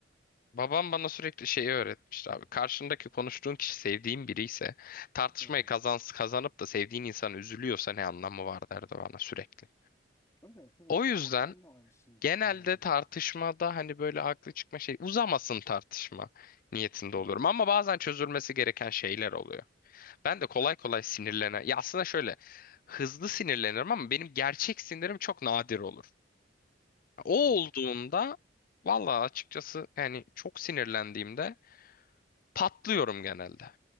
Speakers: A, on the left; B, on the left.
A: babam bana sürekli şeyi öğretmişti abi. Karşındaki konuştuğun kişi sevdiğin biri ise tartışmayı
B: Hı hı.
A: kazan, kazanıp da sevdiğin insan üzülüyorsa ne anlamı var derdi bana sürekli.
B: Evet evet
A: O yüzden
B: ya bak ben de aynısını düşünüyorum.
A: genelde tartışmada hani böyle haklı çıkma şey uzamasın tartışma niyetinde
B: Hı
A: oluyorum.
B: hı.
A: Ama bazen çözülmesi gereken şeyler oluyor. Ben de kolay kolay sinirlenen. Ya aslında şöyle hızlı sinirlenirim ama benim gerçek sinirim çok nadir olur. O
B: Hı,
A: olduğunda valla açıkçası yani çok sinirlendiğimde patlıyorum genelde.